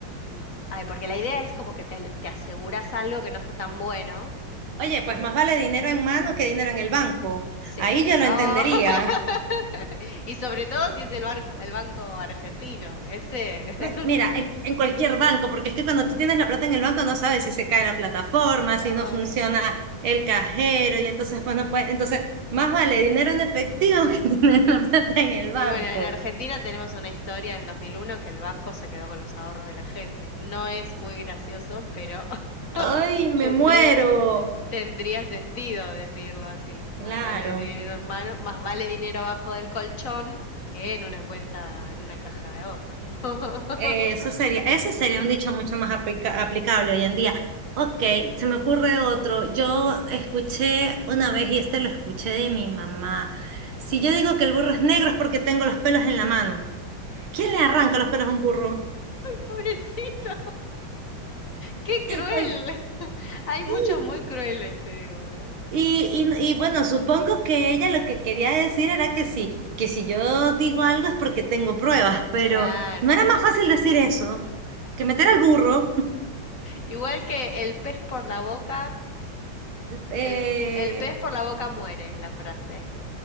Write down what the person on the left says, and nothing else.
m- ay, porque la idea es como que te, te aseguras algo que no está tan bueno.
eh,
sí.
Oh,
<laughs> Y sobre todo si es el barco, el banco argentino, ese.
<laughs>
Ay,
no.
Y bueno, en Argentina tenemos una historia en 2001 que el banco se quedó con los ahorros de la gente. No es muy gracioso, pero <laughs>
tendría...
Tendría sentido decirlo así. Más
vale dinero en mano, más vale dinero abajo del colchón que en una cuenta, en una caja de ahorro. <laughs>
Mm.
Pobrecito, qué cruel.
<laughs> Hay muchos
muy crueles, te digo, ¿eh?
Claro.
Igual que el pez por la boca,
el, el pez por la boca muere, es la frase.